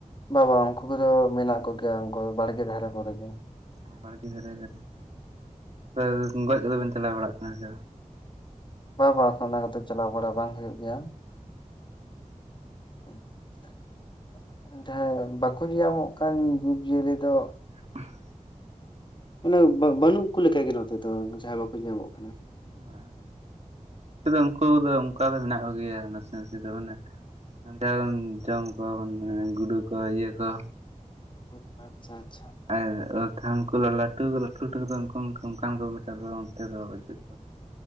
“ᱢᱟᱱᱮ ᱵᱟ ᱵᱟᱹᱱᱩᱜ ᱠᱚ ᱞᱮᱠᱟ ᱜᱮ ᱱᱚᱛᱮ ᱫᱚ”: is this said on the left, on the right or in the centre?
Left